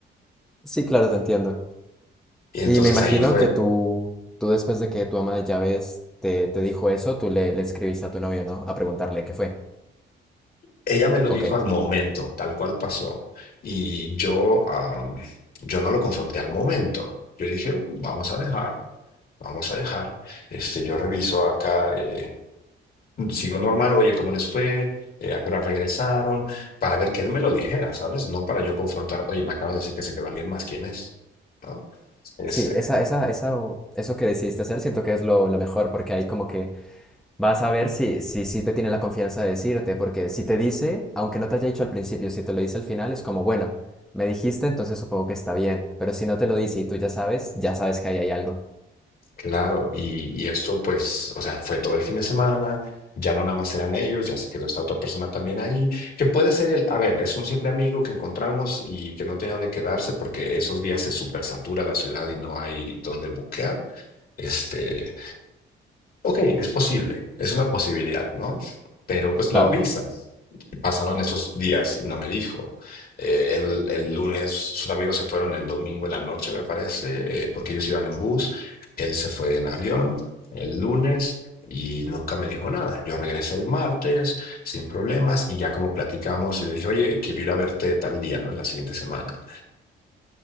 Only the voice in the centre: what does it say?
Sí, claro, te entiendo.
Y me imagino
que tú, tú después de que tu ama de llaves te, te dijo eso, tú le, le escribiste a tu novio, ¿no? A preguntarle qué fue.
¿O
Hey.
sí, esa, esa, esa, o- eso que decidiste hacer siento que es lo, lo mejor porque ahí como que vas a ver si, si, si te tiene la confianza de decirte, porque si te dice, aunque no te haya dicho al principio, si te lo dice al final, es como, bueno, me dijiste, entonces supongo que está bien, pero si no te lo dice y tú ya sabes, ya sabes que ahí hay algo.
Claro.